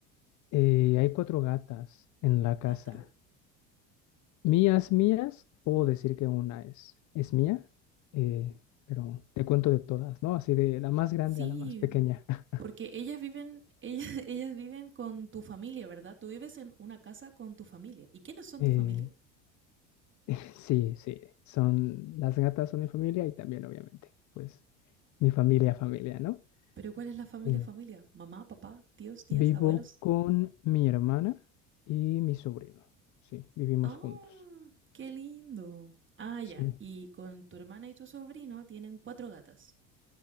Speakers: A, on the left (about 50°); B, on the right (about 30°).
A: Eh, hay cuatro gatas en la
B: Cuatro.
A: casa. Mías, mías, puedo decir que una es, es mía, eh, pero te cuento de todas, ¿no? Así de la más grande
B: Sí,
A: a la más pequeña. <laughs>
B: porque ellas viven, ellas, <laughs> ellas viven con tu familia, ¿verdad? Tú vives en una casa con tu familia. ¿Y quiénes son
A: Eh,
B: tu familia?
A: <laughs> sí, sí, son las gatas son mi familia y también obviamente, pues mi familia, familia, ¿no?
B: Pero ¿cuál es la familia
A: Eh,
B: familia? Mamá, papá, tíos, tías,
A: vivo
B: abuelos.
A: con mi hermana y mi sobrino, sí, vivimos
B: Oh,
A: juntos,
B: qué lindo. Ah, ya.
A: sí.
B: Y con tu hermana y tu sobrino tienen cuatro gatas.